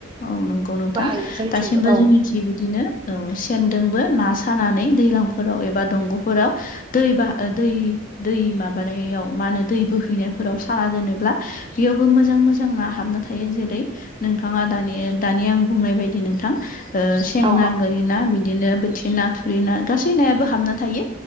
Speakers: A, on the left; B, on the right.
A: औ नंगौ नोंथां
B: बाहायो जोंनिथिंबो
A: दासिमबो
B: औ
A: जोंनि थि बिबायदिनो औ सेनदोंबो ना सानानै दैलांफोराव एबा दंग'फोराव दै बाह ओ दै दै माबानायाव। मा होनो दै बोहैनायफोराव साना दोनोब्ला बेयावबो मोजां मोजां ना हाबना थायो जेरै नोंथाङा दानि दानि आं बुंनाय बायदि नोंथां ओ सें
B: औ
A: ना गोरि ना बिदिनो बोथि ना थुरि ना गासै नायाबो हाबना थायो।